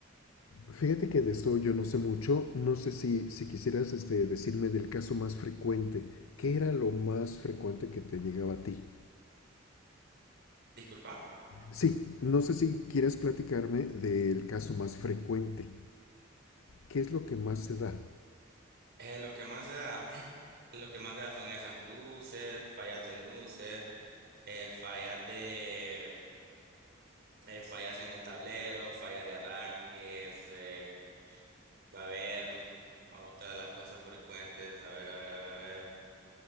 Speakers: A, on the left (about 85°); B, on the right (about 55°).
A: Fíjate que de esto yo no sé mucho, no sé si, si quisieras este, decirme del caso más frecuente, ¿qué era lo más frecuente que te llegaba a ti?
B: Disculpa.
A: Sí, no sé si quieres platicarme del caso más frecuente, ¿qué es lo que más se da?
B: Eh, lo que más se da, <clears throat> lo que más se da son esas luces, fallas de luces, eh, fallas de eh, fallas en el tablero, fallas de arranques, eh, A ver, otra de las cosas frecuentes, a ver, a ver, a ver, a ver.